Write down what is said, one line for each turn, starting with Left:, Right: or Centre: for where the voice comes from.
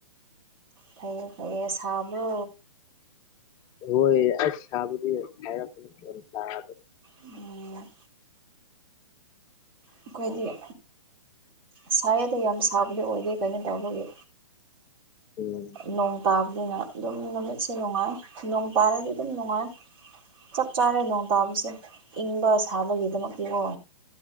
Right: ꯐꯩꯌꯦ ꯐꯩꯌꯦ ꯁꯥꯕ꯭ꯔꯨ
Left: ꯍꯣꯏ ꯑꯁꯕꯗꯤ ꯊ
Right: ꯎꯝ ꯑꯩꯈꯣꯏꯗꯤ ꯎ ꯁꯥꯏ ꯑꯗꯣ ꯌꯥꯝ ꯁꯥꯕꯗꯤ ꯑꯣꯏꯗꯦ ꯀꯩꯅꯣ ꯇꯧꯕꯒꯤ
Left: ꯎꯝ
Right: ꯅꯣꯡ ꯇꯥꯕꯅꯤꯅ ꯑꯗꯨꯝ ꯅꯨꯃꯤꯠꯁꯦ ꯅꯨꯡꯉꯥꯏ ꯅꯣꯡ ꯇꯥꯔꯗꯤ ꯑꯗꯨꯝ ꯅꯨꯡꯉꯥꯏ ꯆꯞ ꯆꯥꯔꯦ ꯅꯣꯡ ꯇꯥꯕꯁꯦ ꯏꯪꯕ ꯁꯥꯕꯒꯤꯗꯃꯛꯇꯀ